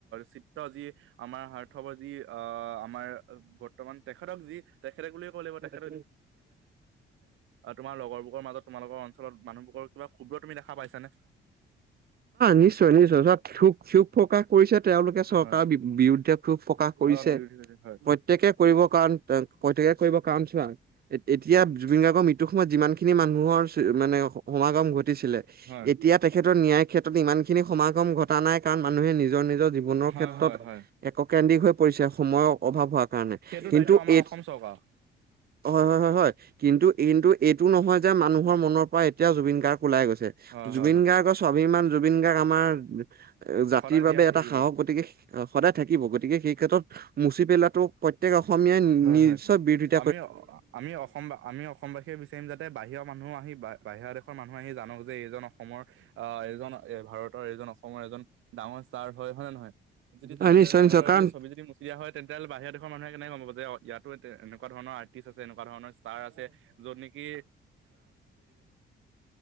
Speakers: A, on the right (about 85°); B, on the right (about 50°).
A: চিত্ৰ যি আমাৰ হাৰ্থ যি অ আমাৰ বৰ্তমান তেখেতক যি তেখেতক বুলিয়ে ক' লাগিব তেখ
B: <unintelligible> অ
A: তোমাৰ লগৰবোৰৰ মাজত তোমালোকৰ অঞ্চলত মানুহবোৰৰ কিবা ক্ষুব্ৰ তুমি দেখা পাইছানে?
B: নিশ্চয় নিশ্চয় শোক প্ৰকাশ কৰিছে তেওঁলোকে চৰকাৰৰ
A: হয়।
B: বিৰুদ্ধে ক্ষোভ প্ৰকাশ কৰিছে
A: অ' বিৰোধী হৈছে হয়।
B: প্ৰত্যেকে কৰিবৰ কাৰণে প্ৰত্য়েকে কৰিবৰ কাৰণ চোৱা এতিয়া জুবিন গাৰ্গৰ মৃত্যু সময়ত যিমান খিনি মানুহৰ মানে সমাগম ঘটিছিলে
A: হয়।
B: এতিয়া তেখেতৰ ন্যায়ৰ ক্ষেত্ৰত ইমান খিনি সমাগম ঘটা নাই কাৰণ মানুহে নিজৰ নিজৰ জীৱনৰ
A: হয়
B: ক্ষেত্ৰত
A: হয় হয়।
B: এককেন্দ্ৰিক হৈ পৰিছে সময়ৰ অভাৱ হোৱাৰ কাৰণে
A: সেইটো
B: কিন্তু
A: দায়িত্ব আমাৰ
B: এই
A: অসম চৰকাৰ।
B: হয় হয় হয় হয় কিন্তু কিন্তু এইটো নহয় যে মানুহৰ মনৰ পৰা এতিয়া জুবিন গাৰ্গ ওলাই গৈছে
A: হয়
B: জুবিন
A: হয় হয়।
B: গাৰ্গৰ স্বাভিমান জুবিন গাৰ্গ আমাৰ জাতিৰ
A: সদায় জীয়াই
B: বাবে
A: থাকিব
B: এটা সাহস
A: হয়।
B: গতিকে সদায় থাকিব গতিকে সেই ক্ষেত্ৰত মুচিপেলোৱাটো প্ৰত্য়েক অসমীয়াই
A: হয়
B: নিজৰ
A: হয়
B: বিৰোধিত
A: আমি আমি অসম আমি অসমবাসীয়ে বিচাৰিম যাতে বাহিৰৰ মানুহ আহি বা বাহিৰৰা দেশৰ মানুহ নহয়েই জানক যে এইজনক অসমৰ আহ এজন এ ভাৰতৰ এইজন অসমৰ এজন ডাঙৰ ষ্টাৰ হয় হয় নে নহয় যদি তেনেকে
B: হয় নিশ্চয়
A: তেনেদৰে
B: নিশ্চয় কাৰণ
A: যদি ছবি যদি মচি দিয়া হয় তেন্তেহলে বাহিৰত <unintelligible> মানুহে কেনেকে গম পাৱ। যে ইয়াতো এ এনেকুৱা ধৰৰ আৰ্টিষ্ট আছে এনেকুৱা ধৰণৰ ষ্টাৰ আছে য'ত নেকি